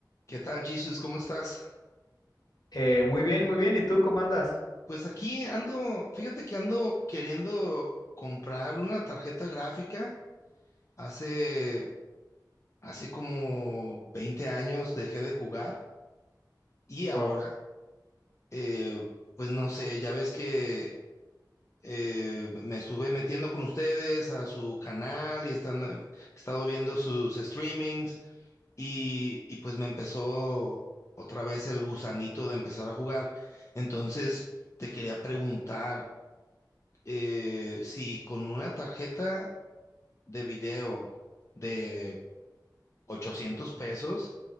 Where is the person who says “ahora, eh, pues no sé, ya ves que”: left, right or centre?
Left